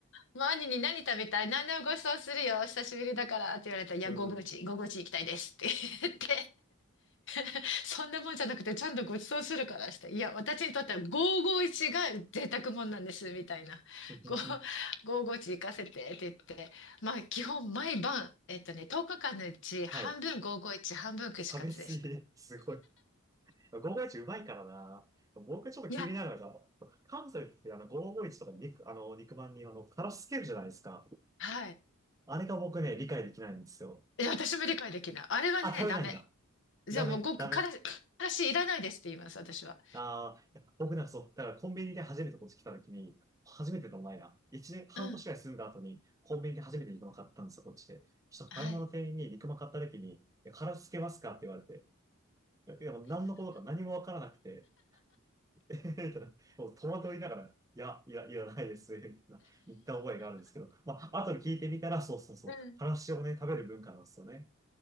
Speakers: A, on the left (about 60°); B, on the right (about 15°).
A: もう兄に何食べたい何でもごちそうするよ。久しぶりだからって言われたら、いや、
B: うん。
A: 551、551行きたいですって言って、<laughs> そんなもんじゃなくて、ちゃんとごちそうするからして、いや、私にとっては551が贅沢もんなんです、みたいな。
B: <laughs>
A: ご551行かせてって言って、まあ、基本毎晩、えっとね、10日間のうち半分551、
B: はい。
A: 半分串カツでした。
B: え食べ過ぎ、すごい。551うまいからな。僕ちょっと気になるのが、
A: いや、
B: 関西ってあの551とか肉、あの肉まんにあの、からしつけるじゃないですか。
A: はい。
B: あれが僕ね、理解できないんですよ。
A: いや、私も理解できない。あれはね、
B: あ、食べないんだ。
A: ダメ。じゃあもうごく、
B: ダメ、ダメ。
A: からし、からしいらないですって言います、私は。
B: ああ、いや僕なんかそう、だからコンビニで初めてこっち来た時に、初めてのお前な。一年、半年ぐらい住んだ後に、
A: うん。
B: コンビニで初めて肉まん買ったんですよ、こっちで。そしたら買い物の店員に肉まん買った時に、
A: はい。
B: い殻つけますかって言われて、いや、いやもう何のことか何もわからなくて、<laughs> えへへみたいな、もう戸惑いながら、いや、いや、いらないです、みたいな、言った覚えがあるんですけど、まあ、後で聞いてみたら、そうそうそう、
A: うん。
B: からしをね、食べる文化なんですよね。